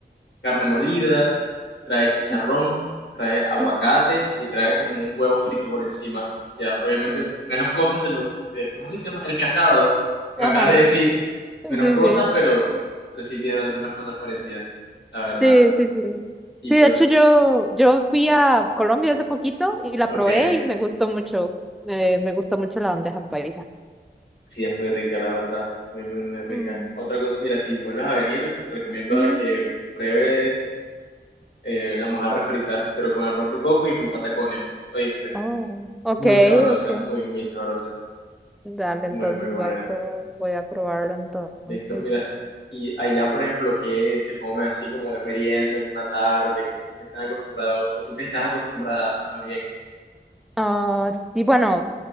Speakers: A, on the left; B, in the centre.
A: carne molida, trae chicharrón,
B: ujú,
A: trae aguacate
B: ujú,
A: y trae como un huevo frito por encima. Ya, obviamente,
B: ujú.
A: menos cosas de lo, de- ¿cómo que se llama? El casado, que
B: ajá,
A: me acabas de decir. Menos
B: sí,
A: cosas,
B: sí,
A: pero, pero sí tienen algunas cosas parecidas, la verdad.
B: sí, sí, sí.
A: Y
B: Sí,
A: pues,
B: de hecho yo, yo fui a Colombia hace poquito y la
A: ok,
B: probé y me gustó mucho, eh, me gustó mucho la bandeja paisa.
A: sí, es muy rica, la verdad. Muy, muy, muy rica.
B: Mm.
A: Otra cosa, mira, si vuelves a venir, te recomiendo
B: Ujú.
A: a que pruebes eh, la mojarra frita, pero con arroz de coco y con patacones, ¿oíste?
B: Oh, ok,
A: Muy sabrosa,
B: ok.
A: muy, muy sabrosa.
B: Dale,
A: Muy,
B: entonces
A: muy buena.
B: voy a, pro- voy a probarlo entonces.
A: Listo, mira, y allá, por ejemplo, que se come así como de merienda en una tarde, como que están acostumbrados, o tú que estás acostumbrada, más bien.
B: Ah, sí, bueno,